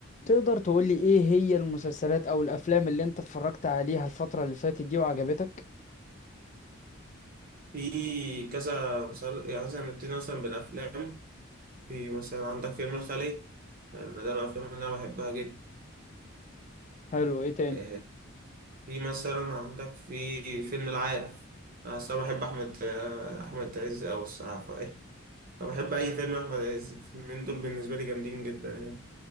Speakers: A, on the left; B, on the right.
A: تقدر تقولي ايه هي المسلسلات او الافلام اللي انت اتفرجت عليها الفترة اللي فاتت دي وعجبتك
B: في كذا مسل... يعني مثلا نبتدي مثلا بالأفلام في مثلا عندك فيلم الخلية يعني ده من الأفلام اللي أنا بحبها جدا
A: حلو ايه تاني
B: آه، في مثلا عندك في فيلم العارف أنا أصلا بحب أحمد آه، أحمد عز أوي الصراحة فإيه فبحب أي فيلم أحمد عز الفيلمين دول بالنسبة لي جامدين جدا يعني